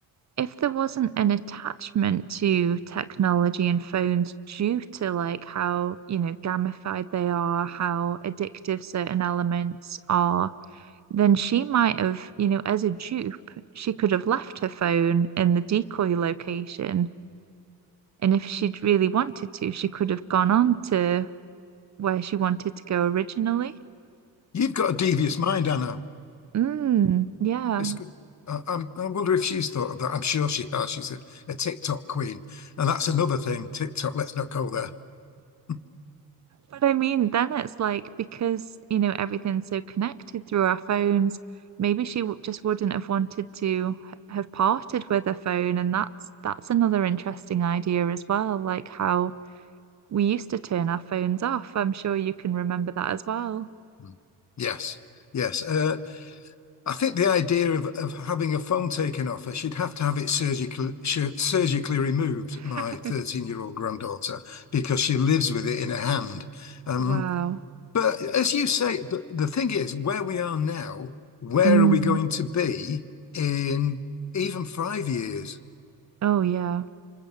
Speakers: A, on the right (about 40°); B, on the left (about 40°).
A: if there wasn't an attachment to technology and phones due to like how, you know, gamified they are, how addictive certain elements are, then she might have, you know, as a dupe, she could have left her phone in the decoy location. And if she'd really wanted to, she could have gone on to where she wanted to go originally.
B: you've got a devious mind, Anna.
A: Mm, yeah.
B: It's good. I, I'm, I wonder if she's thought of that. I'm sure she has. She's a, a TikTok queen. And that's another thing. TikTok, let's not go there. <laughs>
A: But I mean, then it's like because, you know, everything's so connected through our phones, maybe she w just wouldn't have wanted to h- have parted with her phone. And that's that's another interesting idea as well, like how we used to turn our phones off. I'm sure you can remember that as well.
B: Mm. Yes, yes. Uh, I think the idea of, of having a phone taken off her, she'd have to have it surgically surgically removed,
A: <laughs>
B: my 13-year-old granddaughter, because she lives with it in her hand. Um,
A: Wow.
B: but as you say, but the thing is, where we are now, where
A: Mm.
B: are we going to be in even five years?
A: Oh yeah.